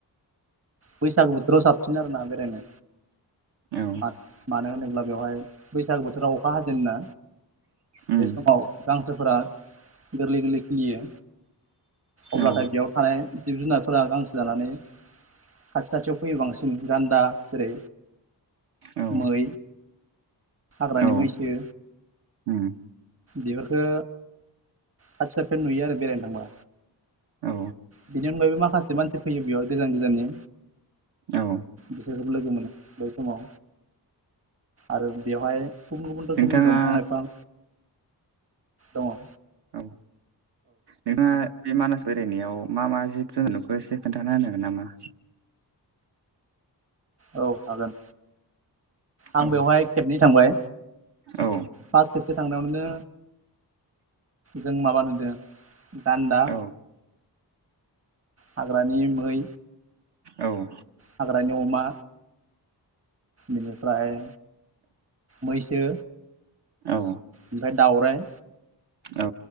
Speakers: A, on the right; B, on the right.
A: बैसागु बोथोराव साबसिन आरोना बेरायनो
B: औ
A: मानो मानो होनोब्ला बेवहाय बैसागो बोथोराव अखा हाजेनना
B: उम
A: बे समाव गांसोफोरा गोरलै-गोरलै खिलियो अब्लाथाय
B: औ
A: बेयाव थानाय जिब जुनारफोरा गांसो जानानै खाथि खाथियाव फैयो बांसिन गान्दा जेरै
B: औ
A: मै हाग्रानि
B: औ
A: मैसो।
B: उम
A: बेफोरखो खाथि खाथियाव नुयो आरो बेरायनो थांबा।
B: औ
A: बेनि अनगायैबो माखासे मानसि फैयो बेयाव गोजान-गोजान नि
B: औ
A: बिसोरखौ लोगो मोनो बै समाव आरो बेवहाय गुबुन-गुबुन रोखोमनि
B: नोंथाङा
A: दंफां लाइफां दंङ।
B: औ नोंथाङा बे मानास बेरायनायाव मा मा जिब जुनार नुखो एसे खोन्थाना होनो हागोन नामा?
A: औ हागोन आं
B: औ
A: बेवहाय खेबनै थांबाय।
B: औ
A: फास खेबसे थांनायावो जों माबा नुदो! गान्दा,
B: औ
A: हाग्रानि मै।
B: औ
A: हाग्रानि अमा बेनिफ्राय मैसो।
B: औ
A: ओमफाय दाउराइ।
B: औ